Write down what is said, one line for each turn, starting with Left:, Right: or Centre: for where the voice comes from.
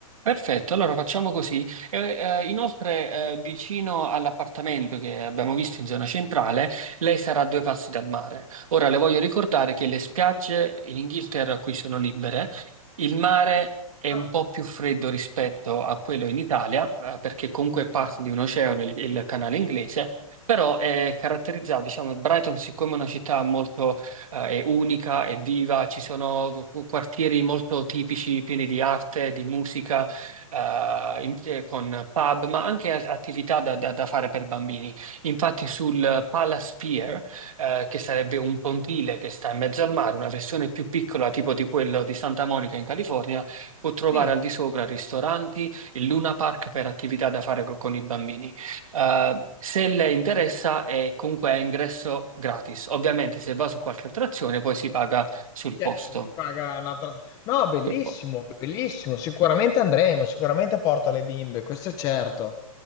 Right: Perfetto, allora facciamo così. Eh, eh, inoltre, eh, vicino all'appartamento che abbiamo visto in zona centrale, lei sarà a due passi dal mare. Ora le voglio ricordare che le spiagge in Inghilterra qui sono libere, il mare è un
Left: Ah,
Right: po' più freddo rispetto a quello in Italia, eh, perché comunque
Left: immaginavo.
Right: è parte di un oceano, il, il canale inglese, però è caratterizzato, diciamo, Brighton siccome è una città molto eh, è unica, è viva, ci sono quartieri molto tipici, pieni di arte, di musica eh, in- eh, con pub, ma anche a- attività da, da- da fare per bambini. Infatti, sul
Left: Eh,
Right: Palace Pier, eh, che sarebbe un pontile che sta in mezzo al mare, una versione più piccola, tipo di quello di Santa Monica in California, può trovare
Left: Sì.
Right: al di sopra ristoranti e Luna Park per attività da fare co- con i bambini. Eh, se le interessa, è comunque a ingresso gratis. Ovviamente, se va su qualche attrazione, poi si paga sul
Left: Certo,
Right: posto.
Left: si paga una tras- No, bellissimo,
Right: Sul posto.
Left: bellissimo. Sicuramente andremo, sicuramente porto le bimbe, questo è certo.